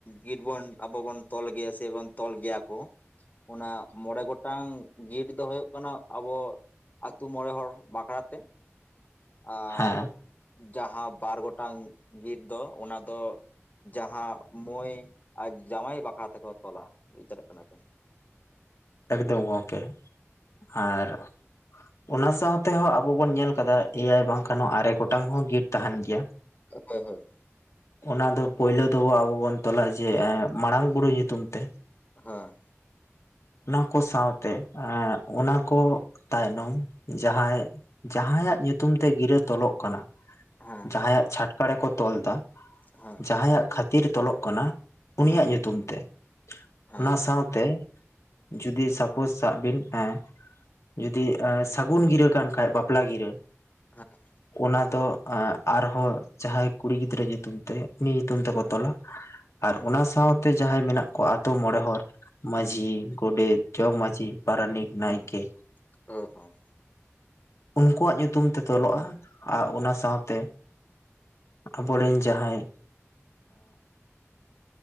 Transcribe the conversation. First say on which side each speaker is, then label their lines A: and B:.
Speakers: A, on the left (about 35°); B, on the left (about 75°).
A: ᱜᱤᱴ ᱵᱚᱱ ᱟᱵᱚ ᱵᱚᱱ ᱛᱚᱞ ᱜᱮᱭᱟ ᱥᱮᱵᱚᱱ ᱛᱚᱞ ᱜᱮᱭᱟ ᱠᱚ
B: <inaudible>
A: ᱚᱱᱟ ᱢᱚᱬᱮ ᱜᱚᱴ ᱴᱟᱝ ᱜᱤᱴ ᱫᱚ ᱦᱩᱭᱩᱜ ᱠᱟᱱᱟ ᱟᱵᱚ ᱟᱛᱩ ᱢᱚᱬᱮ ᱦᱚᱲ ᱵᱟᱠᱷᱨᱟ ᱛᱮ ᱟᱨ
B: ᱦᱮᱸ
A: ᱡᱟᱦᱟᱸ ᱵᱟᱨ ᱜᱚᱴᱟᱝ ᱜᱤᱴ ᱫᱚ ᱚᱱᱟ ᱫᱚ ᱡᱟᱦᱟᱸ ᱢᱟᱹᱭ ᱟᱡ ᱡᱟᱶᱟᱭ ᱵᱟᱠᱷᱨᱟ ᱛᱮᱠᱚ ᱛᱚᱞᱟ ᱵᱩᱡ ᱫᱟᱲᱮᱭᱟᱜ ᱠᱟᱱᱟᱵᱤᱱ
B: ᱮᱠᱫᱚᱢ ᱜᱚᱝᱠᱮ ᱟᱨ ᱚᱱᱟ ᱥᱟᱶᱛᱮᱦᱚᱸ ᱟᱵᱚ ᱵᱚᱱ ᱧᱮᱞ ᱟᱠᱟᱫᱟ ᱮᱭᱟᱭ ᱵᱟᱝᱠᱷᱟᱱ ᱟᱨᱮ ᱜᱚᱴᱟᱝ ᱦᱚᱸ ᱜᱤᱴ ᱛᱟᱦᱮᱱ ᱜᱮᱭᱟ
A: ᱦᱳᱭ ᱦᱳᱭ
B: ᱚᱱᱟ ᱫᱚ ᱯᱳᱭᱞᱳ ᱫᱚᱵᱚ ᱟᱵᱚ ᱵᱚᱱ ᱛᱚᱞᱟ ᱡᱮ ᱢᱟᱨᱟᱝ ᱵᱩᱨᱩ ᱧᱩᱛᱩᱢ ᱛᱮ
A: ᱦᱮᱸ
B: ᱚᱱᱟ ᱠᱚ ᱥᱟᱶᱛᱮ ᱮ ᱚᱱᱟ ᱠᱚ ᱛᱟᱭᱱᱚᱢ ᱡᱟᱦᱟᱸᱭ ᱡᱟᱦᱟᱸᱭᱟᱜ ᱧᱩᱛᱩᱢ ᱛᱮ ᱜᱤᱨᱟᱹ ᱛᱚᱞᱚᱜ ᱠᱟᱱᱟ
A: ᱦᱚᱸ
B: ᱡᱟᱦᱟᱸᱭᱟᱜ ᱪᱷᱟᱴᱠᱟ ᱨᱮᱠᱚ ᱛᱚᱞ ᱮᱫᱟ
A: ᱦᱮᱸ
B: ᱡᱟᱦᱟᱸᱭᱟᱜ ᱠᱷᱟᱹᱛᱤᱨ ᱛᱚᱞᱚᱜ ᱠᱟᱱᱟ
A: ᱦᱮᱸ
B: ᱩᱱᱤᱭᱟᱜ ᱧᱩᱛᱩᱢ ᱛᱮ
A: ᱦᱮᱸ
B: ᱚᱱᱟ ᱥᱟᱶᱛᱮ ᱡᱩᱫᱤ ᱥᱟᱯᱳᱡ ᱥᱟᱵ ᱵᱤᱱ ᱦᱮᱸ ᱡᱚᱫᱤ ᱥᱟᱹᱜᱩᱱ ᱜᱤᱨᱟᱹ ᱠᱟᱱ ᱠᱷᱟᱱᱡ ᱵᱟᱯᱞᱟ ᱜᱤᱨᱟᱹ
A: ᱦᱮᱸ
B: ᱚᱫᱚ ᱟᱨᱦᱚᱸ ᱡᱟᱦᱟᱸᱭ ᱠᱩᱲᱤ ᱜᱤᱫᱽᱨᱟᱹ ᱧᱩᱛᱩᱢ ᱛᱮ ᱩᱱᱤ ᱧᱩᱛᱩᱢ ᱛᱮᱠᱚ
A: ᱦᱮᱸ
B: ᱛᱚᱞᱟ
A: ᱦᱮᱸ
B: ᱟᱨ ᱚᱱᱟ ᱥᱟᱶᱛᱮ ᱡᱟᱦᱟᱸᱭ ᱢᱮᱱᱟᱜ ᱠᱚᱣᱟ ᱟᱛᱩ ᱢᱚᱬᱮ ᱦᱚᱲ ᱢᱟᱺᱡᱷᱤ ᱜᱚᱰᱮᱫ ᱡᱚᱠᱽ ᱢᱟᱹᱡᱷᱤ ᱯᱟᱨᱟᱱᱤᱠ ᱱᱟᱭᱠᱮ
A: ᱦᱩᱸ ᱦᱩᱸ ᱦᱮᱸ
B: ᱩᱱᱠᱩᱣᱟᱜ ᱧᱩᱛᱩᱢ ᱛᱮ ᱛᱚᱞᱚᱜᱼᱟ ᱟ ᱚᱱᱟ ᱥᱟᱶᱛᱮ ᱟᱵᱚᱨᱮᱱ ᱡᱟᱦᱟᱸᱭ